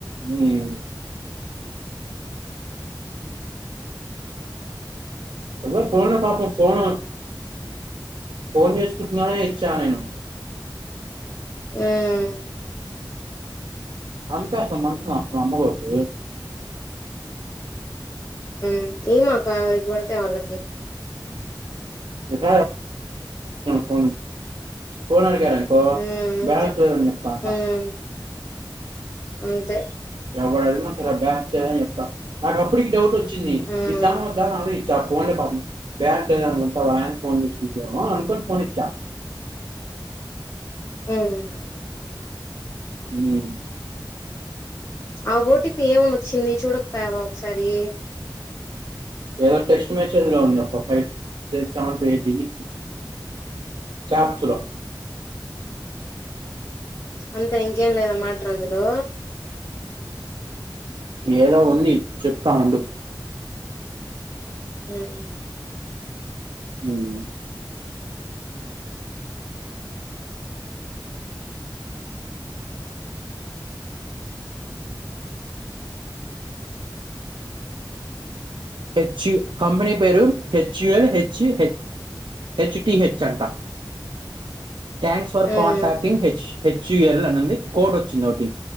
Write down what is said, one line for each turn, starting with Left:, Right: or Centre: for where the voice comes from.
Right: మ్! హలో! పోనా పాపం పోనా? ఫోన్ చేసుకుంటున్నానే ఇచ్చా నేను.
Left: మ్!
Right: అంతేస మనసు నాస్తం అమ్మగతు <unintelligible>
Left: మ్ ఈ మక్కా ఎవరికి పడితే వాళ్లకి.
Right: స క ఫో ఫో <unintelligible> అనుకో,
Left: ఉమ్ అంతే
Right: బ్యాచులర్ మీ పాప.
Left: ఉమ్ అంతే
Right: ఎవ్వరిని అడిగిన చెప్పా సరే ఆ బ్యాచే ఇంత నాకు అప్పటికి డౌట్ వచ్చింది
Left: ఉమ్
Right: ఇద్దామా, వద్దా అని ఆలోచించా ఫోన్ ఇప్ బ్యాచ్ మొత్తం ఆయన చూసుంటుందేమో అనుకోని ఫోన్ ఇచ్చా.
Left: మ్!
Right: హ్మ్!
Left: ఆ ఓటిపి ఏమని వచ్చింది చూడకపోయావ ఒకసారి.
Right: ఏదో టెస్ట్ మ్యాచ్ ఎందులో ఉంది ఒక five seven to eight digits. Caps లో
Left: అంతే ఇంకేం లేదామాటలు అందులో
Right: ఏదో ఉంది చెప్తా ఉండు.
Left: హ్మ్!
Right: మ్! హెచ్ యు కంపెనీ పేరు HUL H H H T H అంట. Thanks for
Left: hmm
Right: contacting H HUL అనిఉంది కోడ్ వచ్చింది ఒకటి.